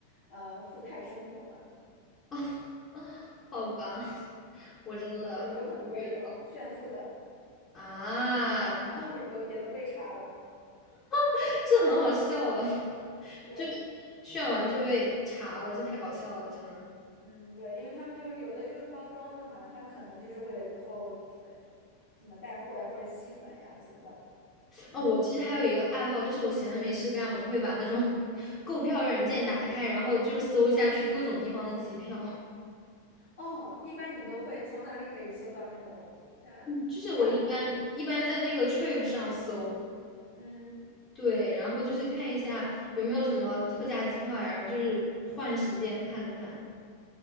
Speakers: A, on the left (about 55°); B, on the left (about 20°).
A: 呃富态生活嘛。
B: 哦好吧，<laughs> 我真的无语了
A: 对，有很多这种炫富的，
B: 啊！
A: 然后也都也都被查了。
B: <laughs> 这很好笑啊，<laughs>
A: 对，
B: 就炫完就被查了，这太搞笑了，真的。
A: 嗯，对，因为他们就有的就是包装的嘛，他们可能就是为了以后呃怎么带货呀或者吸粉呀怎么的，嗯。
B: 啊，我其实还有一个爱好，就是我闲的没事干，我就会把那种 <laughs> 购票软件打开，然后就是搜一下去各种地方的机票。
A: 哦，一般你都会从哪里可以搜到那种呃低价票？
B: 就是我一般一般在那个 Trip 上搜，
A: 嗯，
B: 对，然后就是看一下有没有什么特价机票呀，然后就是换时间看看。